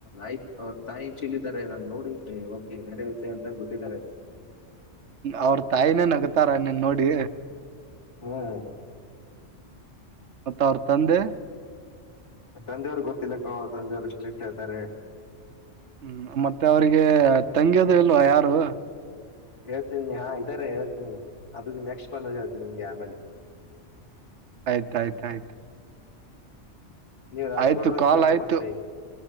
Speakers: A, on the left; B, on the right.
A: ಆಯ್ತ ಅವ್ರ ತಾಯಿ ಚೀಲ್ ಇದ್ದಾರೆ ನಾ ನೋಡಿ ಓಕೆ ರೆಡಿಯೈತೆ ಅಂತ ಬಿಟ್ಟಿದ್ದಾರೆ.
B: ಅವ್ರ ತಾಯಿನೇ ನಗತಾರ ನೀನ್ ನೋಡಿ?
A: ಹ್ಮ್
B: ಮತ್ತ್ ಅವ್ರ ತಂದೆ
A: ಅವರ್ ತಂದೆವರಿಗೆ ಗೊತ್ತಿಲ್ಲ ಕಣೋ ಅವರ್ ತಂದೆವರು ಸ್ಟ್ರಿಟ್ ಆದಾರೆ
B: ಹ್ಮ್ ಮತ್ತೆ ಅವ್ರಗೆ ತಂಗಿಯದು ಇಲ್ವಾ ಯಾರು?
A: ಹೇಳ್ತೀನಿ ಹಾ ಇದ್ದಾರೆ ಹೇಳ್ತೀನಿ ಅದು ನೆಕ್ಸ್ಟ್ ಬಂದಾಗ ಹೇಳ್ತೀನಿ ನಿನಗೆ ಆಮೇಲೆ. <unintelligible>
B: ಆಯ್ತಾ ಆಯ್ತ್ ಆಯ್ತು
A: ನೀವು ರಾಜಗೌಡರ
B: ಆಯ್ತು ಕಾಲ್
A: ಸಂಘಟ
B: ಆಯ್ತು
A: ಮಾತಾಡಿ.